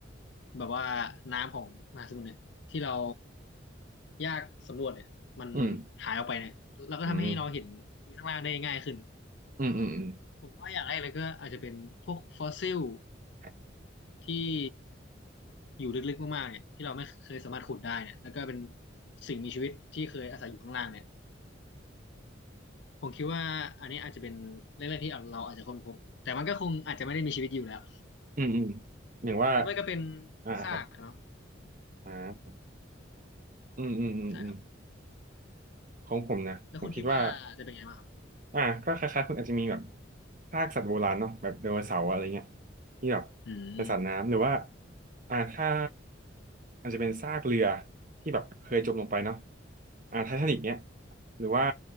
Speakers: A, on the left; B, on the right.
A: แบบว่าน้ำของมหาสมุทรเนี่ยที่เรายากสำรวจเนี่ยมัน
B: อืม
A: หายออกไปเนี่ยแล้วก็ทำให้เราเห็นพื้นข้างล่างได้ง่ายขึ้น
B: อืมอืมอืมอืม
A: ผมว่าอย่างแรกเลยก็อาจจะเป็นพวกฟอสซิล
B: ครับ
A: ที่อยู่ลึกๆมากๆเนี่ยที่เราไม่เคยสามารถขุดได้เนี่ยแล้วก็เป็นสิ่งมีชีวิตที่เคยอาศัยอยู่ข้างล่างเนี่ยผมคิดว่าอันนี้อาจจะเป็นเรื่องแรกที่เราอาจจะค้นพบแต่มันก็คงอาจจะไม่ได้มีชีวิตอยู่แล้ว
B: อืมอืมอย่างว่า
A: หรือไม่ก็เป็น
B: อ่าครับ
A: ซากอะเนาะ
B: อ่าอืมอืมอืมอืม
A: ใช่ครับ
B: ของผมนะผมคิดว่า
A: แล้วคุณคิดว่าจะเป็นไงบ้างครับ
B: อ่าก็คล้ายๆคุณอาจจะมีแบบซากสัตว์โบราณเนาะแบบไดโนเสาร์อะไรเงี้ยที่แบบ
A: อืม
B: เป็นสัตว์น้ำหรือว่าอ่าถ้าอาจจะเป็นซากเรือที่แบบเคยจมลงไปเนาะอ่าไททานิกเนี้ยหรือว่า